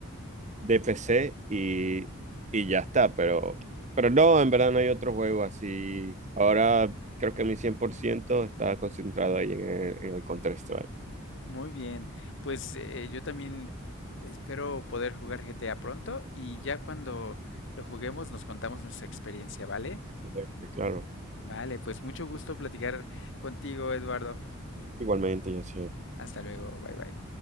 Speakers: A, on the right; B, on the left.
A: de PC y, y ya está, pero, pero no, en verdad no hay otro juego así. Ahora creo que mi 100% está concentrado ahí en el, en el Counter-Strike.
B: Muy bien. Pues eh, yo también espero poder jugar GTA pronto y ya cuando lo juguemos nos contamos nuestra experiencia, ¿vale?
A: Sí, Claro,
B: Vale, pues mucho gusto platicar contigo, Eduardo.
A: igualmente yo sí.
B: Hasta luego, bye bye.